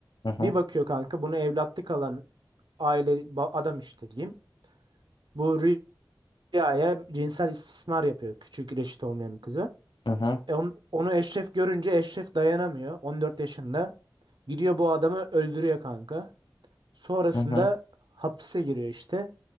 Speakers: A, on the left; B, on the right.
A: hı
B: Bir
A: hı
B: bakıyor kanka bunu evlatlık alan aile ba- adam işte diyeyim. Bu rüyaya cinsel istismar yapıyor küçük reşit olmayan bir kızı.
A: hı hı
B: E on- onu Eşref görünce Eşref dayanamıyor 14 yaşında. Gidiyor bu adamı öldürüyor kanka. Sonrasında
A: hı hı
B: hapise giriyor işte.